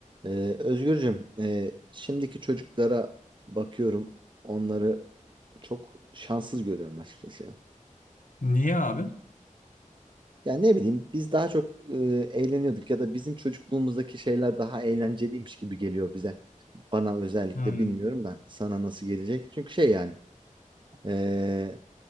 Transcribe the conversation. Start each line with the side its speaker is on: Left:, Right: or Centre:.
Right: Ee, Özgürcüm, e, şimdiki çocuklara bakıyorum, onları çok şanssız görüyorum açıkçası ya.
Left: Niye abi?
Right: Yani ne bileyim, biz daha çok e, eğleniyorduk ya da bizim çocukluğumuzdaki şeyler daha eğlenceliymiş gibi geliyor bize. Bana özellikle
Left: Hmm.
Right: bilmiyorum da sana nasıl gelecek. Çünkü şey yani, e,